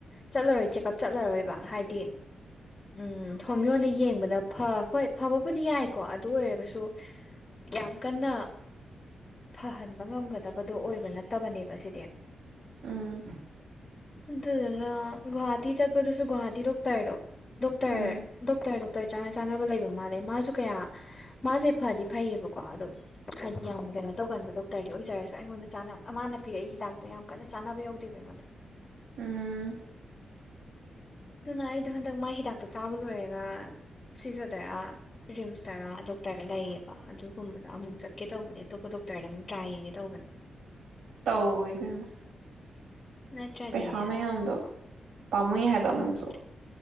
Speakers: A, on the left (about 25°); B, on the right (about 85°).
A: ꯆꯠꯂꯔꯣꯏ ꯆꯦꯛꯑꯞ ꯆꯠꯂꯔꯣꯏꯕ ꯍꯥꯏꯗꯤ ꯎꯝ ꯍꯣꯃꯤꯌꯣꯅ ꯌꯦꯡꯕ ꯐ ꯍꯣꯏ ꯐꯕꯕꯨꯗꯤ ꯌꯥꯏ ꯀꯣ ꯑꯗꯨ ꯑꯣꯏꯔꯒꯁꯨ ꯌꯥꯝ ꯀꯟꯅ ꯐꯍꯟꯕ ꯉꯝꯒꯗꯕꯗꯣ ꯑꯣꯏꯕ ꯅꯠꯇꯕꯅꯦꯕ ꯁꯤꯗꯤ
B: ꯎꯝ
A: ꯑꯗꯨꯗꯨꯅ ꯒꯨꯋꯥꯍꯥꯇꯤ ꯆꯠꯄꯗꯨꯁꯨ ꯒꯨꯍꯥꯇꯤ ꯗꯣꯛꯇꯔ ꯗꯣ ꯗꯣꯛꯇꯔ
B: ꯎꯝ
A: ꯗꯣꯛꯇꯔ ꯗꯣ ꯇꯣꯏ ꯆꯥꯅ ꯆꯥꯅꯕ ꯂꯩꯕ ꯃꯥꯜꯂꯦ ꯃꯥꯁꯨ ꯀꯌꯥ ꯃꯥꯁꯦ ꯐꯗꯤ ꯐꯩꯌꯦꯕꯀꯣ ꯑꯗꯨꯣ ꯍꯥꯏꯗꯤ ꯌꯥꯝ ꯀꯩꯅꯣ ꯇꯧꯒꯟꯕ ꯗꯣꯛꯇꯔꯗꯤ ꯑꯣꯏꯖꯔꯁꯨ ꯑꯩꯉꯣꯟꯗ ꯆꯥꯅꯕ ꯃꯥꯅ ꯄꯤꯔꯛꯏ ꯍꯤꯗꯥꯛꯇꯣ ꯌꯥꯝ ꯀꯟꯅ ꯆꯥꯅꯕ ꯌꯧꯗꯦꯕ ꯑꯩꯉꯣꯟꯗ <inaudible>
B: ꯎꯝ
A: ꯑꯗꯨꯅ ꯑꯩꯗꯣ ꯍꯟꯗꯛ ꯃꯥꯏ ꯍꯤꯗꯥꯛꯇꯣ ꯆꯥꯕ ꯂꯣꯏꯔꯒ ꯁꯤꯖꯗꯔꯥ ꯔꯤꯝꯁꯇꯔꯥ ꯗꯣꯛꯇꯔ ꯂꯩꯌꯦꯕ ꯑꯗꯨꯒꯨꯝꯕꯗ ꯑꯃꯨꯛ ꯆꯠꯀꯦ ꯇꯧꯕꯅꯦ ꯑꯇꯣꯞꯄ ꯗꯣꯛꯇꯔꯗ ꯑꯃꯨꯛ ꯇ꯭ꯔꯥꯏ ꯌꯦꯡꯒꯦ ꯇꯧꯕꯅꯦ
B: ꯇꯧꯏ ꯏꯕꯦꯝꯃ
A: ꯅꯠꯇ꯭ꯔꯗꯤꯅꯦ
B: ꯄꯩꯁꯥ ꯃꯌꯥꯝꯗꯣ ꯄꯥꯝꯃꯨꯏ ꯃꯤ ꯍꯥꯏꯕ
A: ꯎꯝ
B: ꯑꯃꯨꯛꯁꯨ